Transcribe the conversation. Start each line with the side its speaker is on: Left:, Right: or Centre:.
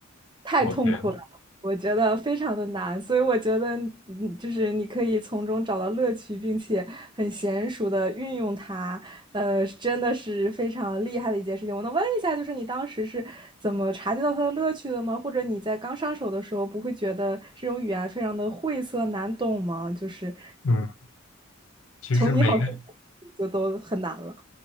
Right: 太痛苦了。
Left: ？OK，
Right: 我觉得非常的难，所以我觉得，嗯，就是你可以从中找到乐趣，并且很娴熟的运用它，呃，真的是非常厉害的一件事情。我能问一下，就是你当时是怎么察觉到它的乐趣的吗？或者你在刚上手的时候，不会觉得这种语言非常的晦涩难懂吗？就是
Left: 嗯，其实每个
Right: 从你好之前就都很难了。